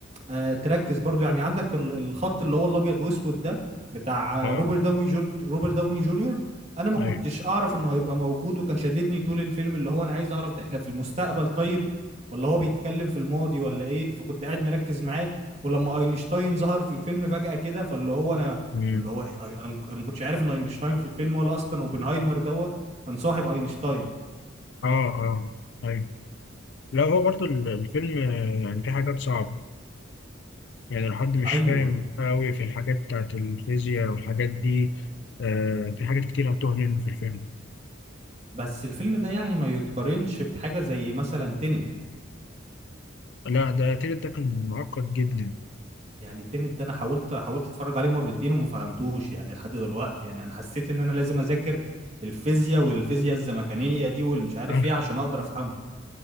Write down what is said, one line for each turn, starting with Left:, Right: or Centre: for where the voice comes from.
Right: آه، تركز برضو يعني عندك ال- الخط اللي هو الابيض واسود ده بتاع
Left: اه
Right: آه، روبرت داوني جون... روبرت داوني جونيور انا ما
Left: ايوه
Right: كنتش اعرف انه هيبقى موجود وكان شاددني طول الفيلم اللي هو انا عايز اعرف ده احنا في المستقبل طيب ولا هو بيتكلم في الماضي ولا ايه فكنت قاعد مركز معاه ولما اينشتاين ظهر في الفيلم فجأة كده فاللي هو انا
Left: مم.
Right: اللي هو إيه؟ انا م- أنا ما كنتش عارف ان اينشتاين في الفيلم ولا اصلا اوبنهايمر ده كان صاحب اينشتاين
Left: اه اه ايوه لا هو برضو ال- الفيلم آه، يعني في حاجات صعبة يعني لو حد مش
Right: ايوه
Left: فاهم قوي في الحاجات بتاعت الفيزياء والحاجات دي آه في حاجات كتير هتوه منه في الفيلم
Right: بس الفيلم ده يعني ما يتقارنش بحاجة زي مثلا تينت
Left: لا ده تيتا ده كان معقد جدا
Right: يعني التنت ده انا حاولت حاولت اتفرج عليه مرتين وما فهمتوش يعني لحد دلوقتي يعني انا حسيت ان انا لازم اذاكر الفيزياء والفيزياء الزمكانيه دي والمش عارف
Left: آه.
Right: ايه عشان اقدر افهمه